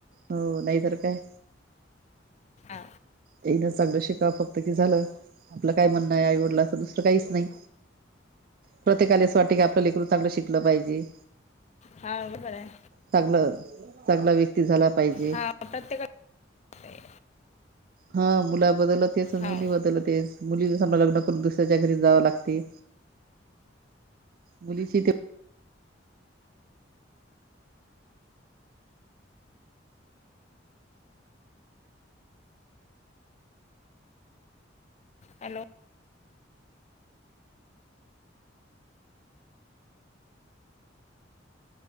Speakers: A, on the right; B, on the left.
A: हो नाही तर काय.
B: हा,
A: येन चांगलं शिकाव फक्त कि झालं आपलं काय म्हणणं आहे आईवडलाचं दुसरं काहीच नाही. प्रत्येकाले अस वाट का आपलं लेकरू चांगलं शिकलं पाहिजे.
B: हाव बरोबर आहे.
A: चांगलं चांगला व्यक्ती झाला पाहिजे.
B: हा प्रत्येकाला लागते
A: हा मुला बदलतेच मुली
B: हाव
A: बदलतेच. मुली समजा लग्न करून दुसऱ्याच्या घरी जाव लागते मुलीची ते.
B: हॅलो,